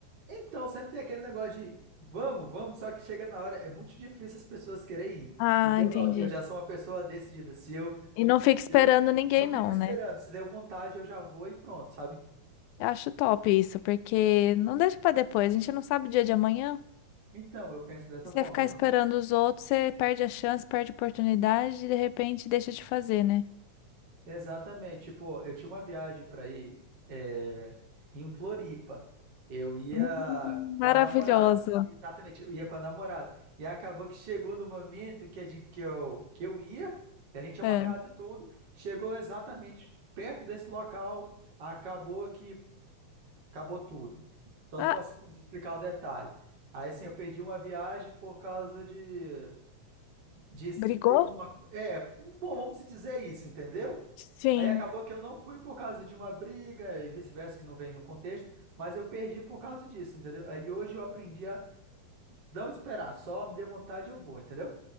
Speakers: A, on the right; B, on the left.
A: Então, sempre tem aquele negócio de vamos, vamos, só que chega na hora, é muito difícil as pessoas querem ir.
B: Ah,
A: E eu,
B: entendi.
A: não, eu já sou uma pessoa decidida. Se eu,
B: E não fica esperando
A: eu
B: ninguém,
A: não fico
B: não,
A: esperando,
B: né?
A: se deu vontade, eu já vou e pronto, sabe?
B: Eu acho top isso, porque não deixa pra depois, a gente não sabe o dia de amanhã.
A: Então, eu penso dessa
B: Se
A: forma.
B: você ficar
A: eu
B: esperando
A: não-
B: os outros, você perde a chance, perde a oportunidade e de repente deixa de fazer, né?
A: Exatamente. Tipo, eu tinha uma viagem para ir é, em Floripa. Eu ia
B: Hum,
A: com
B: maravilhosa.
A: a namorada. Exatamente, eu ia com a namorada. E acabou que chegou no momento que, a gente, que, eu, que eu ia, que a gente tinha
B: É.
A: marcado tudo. Chegou exatamente perto desse local, acabou que acabou tudo. Só não
B: Ah,
A: posso explicar o detalhe. Aí, assim, eu perdi uma viagem por causa de de
B: brigou?
A: ter uma. É, bom, vamos se dizer isso, entendeu?
B: Sim.
A: Aí acabou que eu não fui por causa de uma briga e vice-versa, que não vem no contexto, mas eu perdi por causa disso, entendeu? Aí hoje eu aprendi a não esperar, só me deu vontade eu vou, entendeu?